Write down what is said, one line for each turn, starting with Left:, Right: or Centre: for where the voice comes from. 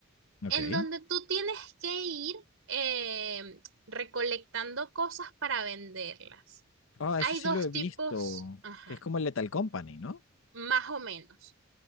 Left: Ok.
Right: en donde tú tienes que ir eh, recolectando cosas para venderlas.
Left: ah
Right: Hay
Left: eso sí
Right: dos
Left: lo he visto.
Right: tipos, ajá,
Left: Que es como el Lethal Company, ¿no?
Right: más o menos.